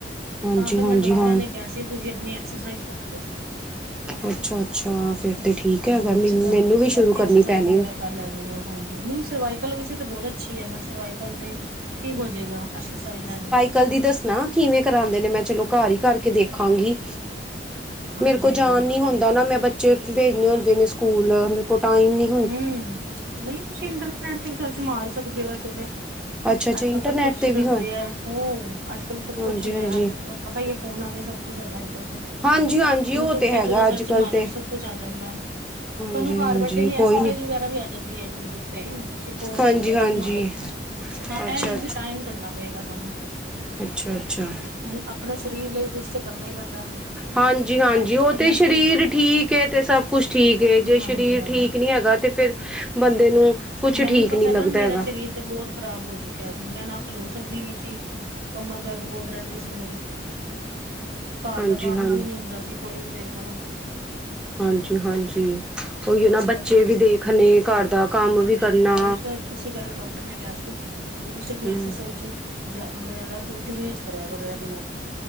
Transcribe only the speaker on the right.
ਤਾਂ ਫੇਰ
ਮੈਨੂੰ ਡਾਕਟਰਾਂ
ਨੇ ਕਿਹਾ ਸੀ ਤੁਸੀਂ ਆਪਣੀ ਐਕਸਰਸਾਈਜ਼ ਰੱਖੋ
ਹਮ
ਇਸ ਕਰਕੇ
ਮੈਂ
ਐਕਸਰਸਾਈਜ਼
ਵਗੈਰਾ ਕਰ ਲੈਣੇ ਆ ਹਾਂਜੀ ਨਹੀਂ ਸਰਵਾਈਕਲ ਵਿੱਚ ਤਾਂ ਬਹੁਤ ਅੱਛੀ ਆ ਮੈਂ ਸਰਵਾਈਕਲ ਦੇ ਠੀਕ ਹੋ ਜੇਗਾ ਐਕਸਰਸਾਈਜ਼ ਨਾਲ
ਹਾਂਜੀ
ਹਾਂਜੀ
ਹੂੰ ਨਹੀਂ ਤੁਸੀਂ ਇੰਟਰਨੈਟ ਤੇ ਵੀ ਸਰਚ ਮਾਰ ਸਕਦੇ ਹੋ। ਵੈਸੇ ਤੇ
ਅੱਜ-ਕੱਲ
ਸਭ ਕੁਛ
ਦੱਸਦੇ
ਆ। ਹੋ ਅੱਜ-ਕੱਲ ਸਭ
ਕੁਛ ਹੀ
ਆ ਪਤਾ ਹੀ ਆ ਫੋਨਾਂ ਤੇ ਸਭ ਕੁੱਛ ਹੈਗਾ ਅੱਜ-ਕੱਲ ਤੇ
ਯੂਟਿਊਬ
ਤੇ
ਜੋ
ਸਰਚ
ਮਾਰੋ
ਓ ਸਭ ਕੁਛ ਆ ਜਾਂਦਾ ਆ
ਤੁਹਾਨੂੰ ਘਰ
ਬੈਠੇ ਹੀ ਐਕਸਰਸਾਈਜ਼
ਵਗੈਰਾ ਵੀ ਆ ਜਾਂਦੀ ਆ ਯੂਟਿਊਬ ਤੇ ਤੁਸੀਂ ਖੋਲ
ਕੇ ਸਰਚ
ਮਾਰੋ ਹਾਂ
ਐ ਕਿ ਟਾਈਮ ਕੱਢਨਾ ਪਏਗਾ ਤੁਹਾਨੂੰ।
ਹੂੰ ਆਪਣੇ ਸਰੀਰ ਲਈ ਕੁਛ ਤਾਂ ਕਰਨਾ ਹੀ ਪੈਂਦਾ।
ਟਾਈਮ ਤਾਂ
ਕੱਢਣਾ
ਹੀ
ਪਏਗਾ
ਹਾਂਜੀ ਹਾਂਜੀ
ਮੈਨੂੰ
ਪਤਾ
ਨਾ ਮੇਰਾ
ਸਰੀਰ ਤੇ ਬਹੁਤ ਖ਼ਰਾਬ ਹੋ ਚੁੱਕਿਆ ਸੀ। ਮੈਂ ਨਾ ਖਲੋ ਸਕਦੀ ਸੀ। ਕਮਰ ਦਰਦ ਬਹੁਤ ਰਹਿੰਦੀ ਸੀ। ਮੇਰੀ ਘਰ
ਦਾ ਕੰਮ
ਵੀ ਨੀ ਹੁੰਦਾ ਸੀ। ਕੋਈ ਵੀ ਮੇਰੇ ਕੋਲੋਂ
ਉਹ
ਇਸ ਕਰਕੇ
ਮੈਂਨੇ ਫੇਰ ਉਸ ਇਸ ਕਰ ਡਾਕਟਰ ਨੇ ਕਿਹਾ ਸੀ। ਕਿ ਤੁਸੀਂ ਆਪਣੀ
ਐਕਸਰਸਾਈਜ ਜੀ ਜਿਆਦਾ ਰੂਟੀਨ 'ਚ ਕਰਿਆ ਕਰੋ ਰੈਗੂਲਰ